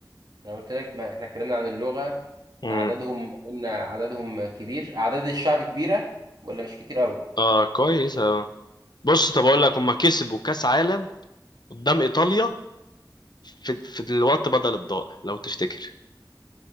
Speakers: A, on the right; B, on the left.
A: انا قلت لك ما احنا اتكلمنا عن اللغه
B: امم
A: اعدادهم قلنا اعدادهم كبير اعداد الشعب كبيره ولا مش كتير قوي
B: اه كويس اه بص طب اقول لك هما كسبوا كأس عالم قدام ايطاليا في في الوقت بدل الضائع لو تفتكر